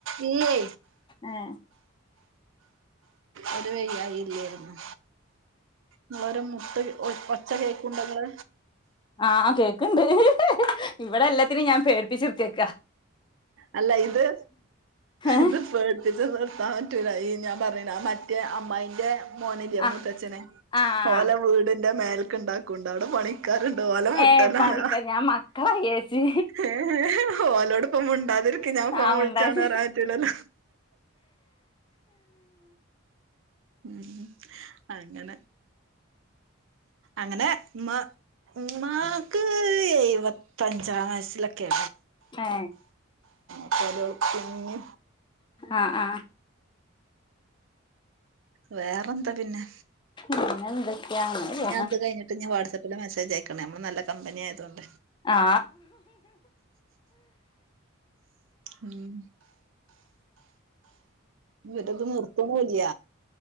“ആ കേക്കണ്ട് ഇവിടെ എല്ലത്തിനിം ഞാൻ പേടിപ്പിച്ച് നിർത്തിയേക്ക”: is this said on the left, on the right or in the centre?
Left